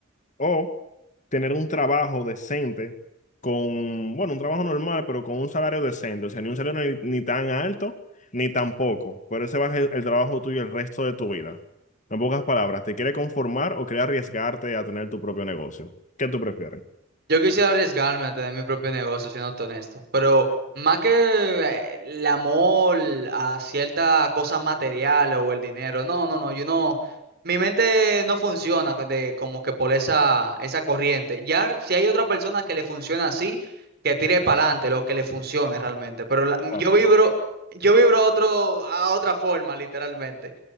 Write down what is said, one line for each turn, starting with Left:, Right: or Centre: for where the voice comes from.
Left: O tener un trabajo decente con, bueno, un trabajo normal, pero con un salario decente. O sea, ni un salario ni, ni tan alto, ni tan poco. Pero ese va a ser el trabajo tuyo el resto de tu vida. En pocas palabras, ¿te quieres conformar o quieres arriesgarte a tener tu propio negocio? ¿Qué tú prefieres?
Right: Yo quisiera arriesgarme a tener mi propio negocio, siendo honesto, pero más que eh, el amor a cierta cosa material o el dinero, no, no, no, yo no, mi mente no funciona co- de, como que por esa, esa corriente. Ya si hay otra persona que le funciona así, que tire para adelante lo que le funcione realmente, pero la-
Left: Claro.
Right: yo vibro, yo vibro a otro, a otra forma, literalmente.